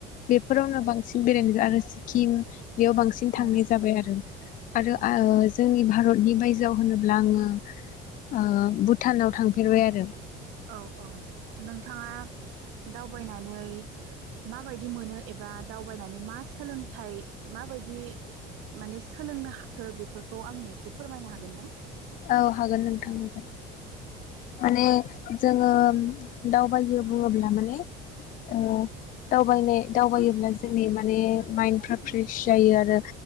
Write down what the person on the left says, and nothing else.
बेफोरावनो बांसिन बेरायनो आरो खिम बेयाव बांसिन थांनाय
जाबाय आरो
आरो ओ जोंनि भारतनि बायजोआव होनोब्ला आङो ओ भुटानाव थांफेरबाय आरो।
औ हागोन नोंथां हागोन। माने जोङो दाव दावबायो बुङोब्ला माने ओ दबायनाय दावबायोब्ला जोंनि माने माइन्डफ्रा फ्रेस जायो आरो।